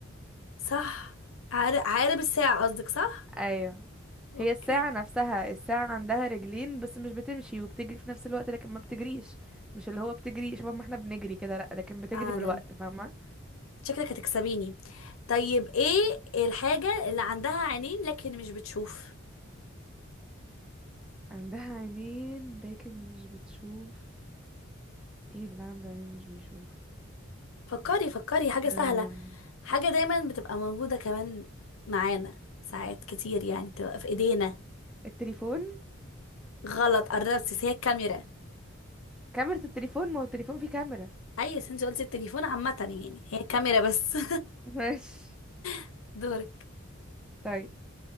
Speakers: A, on the left; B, in the centre.
A: صح عقار- عقارب الساعه قصدك صح
B: ايوه
A: اوكي
B: هي الساعة نفسها الساعة عندها رجلين بس مش بتمشي وبتجري في نفس الوقت لكن ما بتجريش مش اللي هو بتجري شبه ما احنا بنجري كده لأ لكن بتجري
A: فعلا
B: بالوقت فاهمة
A: شكلك هتكسبيني طيب ايه الحاجه اللي عندها عينين لكن مش بتشوف
B: عندها عينين لكن مش بتشوف ايه اللي عنده عينين مش بيشوف
A: فكري فكري حاجه
B: أم...
A: سهله حاجة دايما بتبقى موجودة كمان معانا ساعات كتير يعني بتبقى في ايدينا
B: التليفون
A: غلط قربتي بس هي الكاميرا
B: كاميرا التليفون ما هو التليفون فيه كاميرا
A: اي بس انت قلتي التليفون عامة يعني هي الكاميرا بس
B: <laughs> ماشي
A: <laughs> دورك
B: طيب